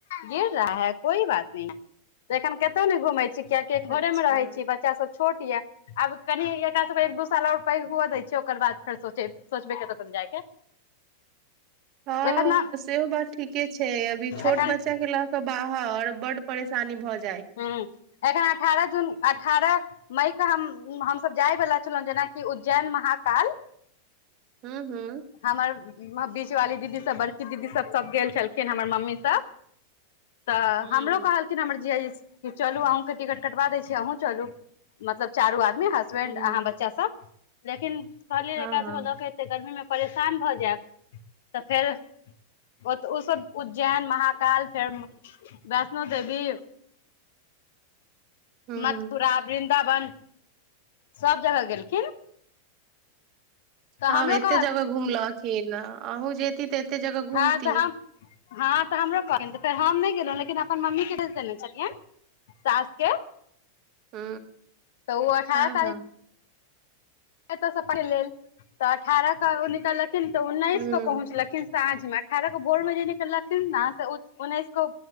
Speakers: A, on the left; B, on the right.
A: गिर रहा है कोई बात न त एखन कतौ ने घूमै छी कियाकि एक
B: अच्छा
A: घरे मे रहै छी बच्चा सब छोट ये आब कनि एकरा सब एक दू साल आओर पैघ हु दै छै ओकर बाद फेर सो सोचबे केतौ त जायके
B: हँ
A: एखन ने
B: सेहो बात ठीके छै अभी छोट
A: एखन
B: बच्चाके लऽ कऽ बाहर बड्ड परेशानी भऽ जा
A: ह एखन अठारह जून अठारह मई के हम हमसब जायवला छलहुँ जेनाकि उज्जैन महाकाल
B: हँ हँ
A: हमर बीच वाली दीदी सब बड़की दीदी सब सब गेल छलखिन हमर मम्मी सब तऽ
B: हँ
A: हमरो कहलखिन हमर जिया कि चलू अहूँके टिकट कटवा दै छी अहूँ चलू मतलब चारू आदमी हसबेंड
B: हूँ
A: अहाँ बच्चा सब लेकिन कहलिय
B: हँ
A: एकरा
B: हँ
A: सबके लके एतै गर्मी में परेशान भऽ जायब तऽ फेर ओ ओसभ उज्जैन महाकाल फेर वैष्णो देवी
B: हूँ
A: मथुरा विरन् वृन सब जगह गेलखिन
B: तऽ
A: हमरो
B: आब एतेक
A: कहल
B: जगा घुमलखी न अहू जेती तऽ एते जगह
A: हँ
B: घूमती
A: तऽ हम हँ तऽ हमरो कहथि तऽ फेर हम नहि गेलहु लेकिन अपन मम्मी के भेज देने छलियै सास के
B: ह
A: तऽ ओ अठारह
B: हँ
A: तारीख
B: हँ
A: एतयसँ पहिल लेल तऽ अठारह के ओ निकललक लिन तऽ उन्नैस
B: हूँ
A: केऽ पहुँचलखिन साँझ मे अठारह को भोर में जे निकललखिन उन्नैस को